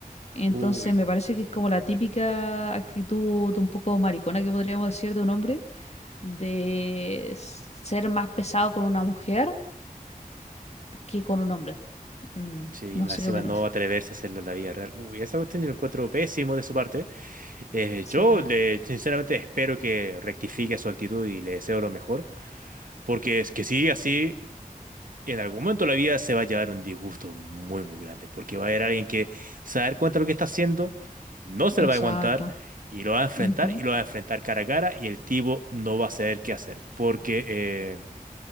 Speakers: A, on the left; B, on the right.
A: Entonces
B: Uy.
A: me parece que es como la típica actitud un poco maricona que podríamos decir de un hombre, de ser más pesado con una mujer que con un hombre. Mm,
B: Sí,
A: no
B: más
A: sé
B: encima
A: qué opinas.
B: no atreverse a hacerlo en la vida real. Uy, esa cuestión yo la encuentro pésimo de su parte. Eh,
A: Sí,
B: yo le, sinceramente espero que rectifique su actitud y le deseo lo mejor, porque es que si sigue así, en algún momento de la vida se va a llevar un disgusto muy, muy grande, porque va a haber alguien que se va a dar cuenta de lo que está haciendo, no se
A: exacto.
B: lo va a aguantar y lo va a enfrentar
A: Ujú,
B: y lo va a enfrentar cara a cara y el tipo no va a saber qué hacer, porque eh,